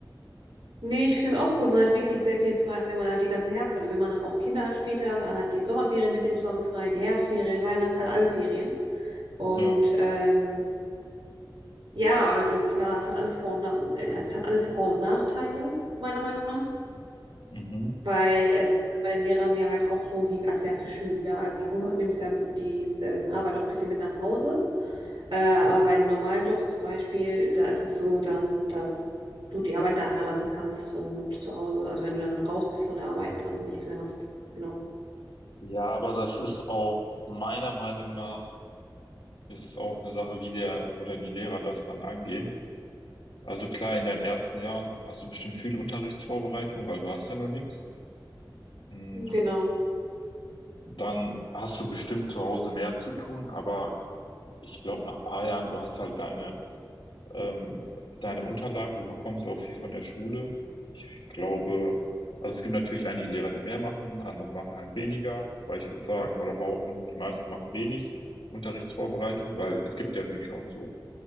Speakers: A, on the right; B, on the left.
A: Nee, ich finde das auch cool. Man hat wirklich sehr viel frei. Man hat die ganzen Herbst, also wenn man dann auch Kinder hat später, man hat die Sommerferien mit denen zusammen frei, die Herbstferien, Weihnachten, also alle Ferien. Und
B: Ja,
A: ähm, ja, also klar, es hat alles Vor- und Nach äh, es hat alles Vor- und Nachteile, meiner Meinung nach.
B: mhm.
A: Weil es ist bei den Lehrern ja halt auch so, wie als wärst du Schüler. Also du nimmst ja die ähm, Arbeit auch ein bisschen mit nach Hause. Äh, aber bei den normalen Jobs zum Beispiel, da ist es so dann, dass du die Arbeit da lassen kannst und zu Hause, also wenn du dann raus bist von der Arbeit, dann nichts mehr hast. Genau.
B: Ja, aber das ist auch meiner Meinung nach, ist es auch eine Sache, wie der oder die Lehrer das dann angehen. Also klar, in deinen ersten Jahren hast du bestimmt viel Unterrichtsvorbereitung, weil du hast ja nur nichts. Hm,
A: Genau.
B: Dann hast du bestimmt zu Hause mehr zu tun, aber ich glaube, nach paar Jahren, du hast halt deine, ähm, deine Unterlagen, du bekommst auch viel von der Schule. Ich glaube, also es gibt natürlich einige Lehrer, die mehr machen, andere machen halt weniger, weil ich würde sagen oder behaupten, die meisten machen wenig Unterrichtsvorbereitung, weil es gibt ja Bücher und so.